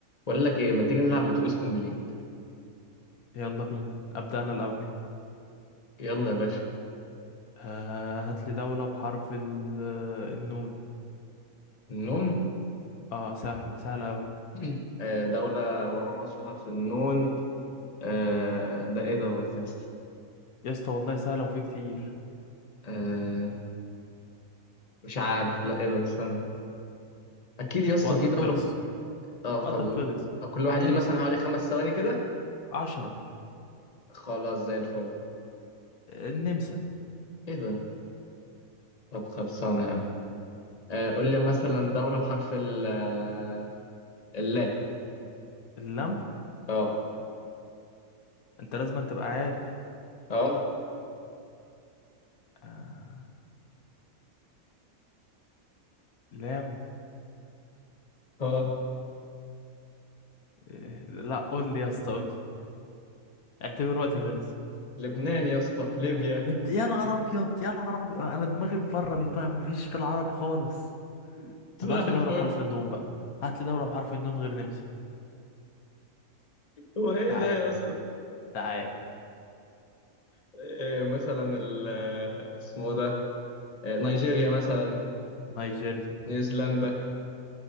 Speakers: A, on the left; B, on the left.
A: بقول لك ايه ما تيجي نلعب اتوبيس كومبليت
B: يلا بينا أبدأ أنا الأول
A: يلا يا باشا
B: آه هات لي دولة بحرف ال- آه، النون
A: النون
B: اه سهلة سهلة أوي
A: <clears throat> آه، دولة ورا مصر حرف النون آه، ده ايه دوت يا اسطى
B: يا اسطى والله سهلة وفي كتير
A: آه، مش عارف لا ايه ده استنى اكيد يا اسطى
B: وقتك
A: في دولة
B: خلص
A: اه
B: وقتك
A: طب قول.
B: خلص
A: كل واحد
B: النمسا
A: ليه مثلا حوالي خمس ثواني كده
B: عشرة
A: خلاص زي الفل
B: النمسا
A: ايه ده طب خلصانة يا عم آه، قول لي مثلا دولة بحرف ال آه، اللام
B: اللم
A: اه
B: انت لازم تبقى عارف
A: اه
B: آه لام
A: اه
B: إيه. لا قول لي يا اسطى قول لي اعتبر وقتي خلص
A: لبنان يا اسطى ليبيا
B: نبت- يا نهار ابيض يا نهار ابيض انا دماغي بره من دماغي مفيش في العرب خالص
A: <laughs> زي
B: طب هات
A: الفل
B: لي دولة بحرف النون بقى هات لي دولة بحرف النون غير نمسا
A: هو ايه
B: تعال
A: ده يا اسطى
B: تعال
A: إيه مثلا ال- آه، اسمه ده إيه نيجيريا مثلا
B: نيجيريا
A: نيوزيلندا